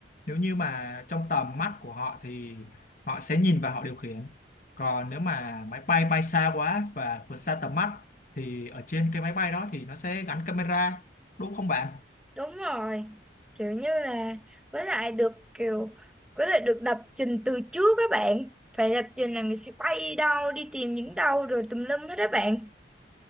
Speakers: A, on the left; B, in the centre.
A: nếu như mà trong tầm mắt của họ thì họ sẽ nhìn và họ điều khiển còn nếu mà máy bay bay xa quá và vượt xa tầm mắt thì ở trên cái máy bay đó thì nó sẽ gắn camera đúng không bạn
B: Đúng rồi, kiểu như là với lại được kiểu với lại được lập trình từ trước các bạn. Phải lập trình là người sẽ bay đâu, đi tìm những đâu rồi tùm lum hết các bạn.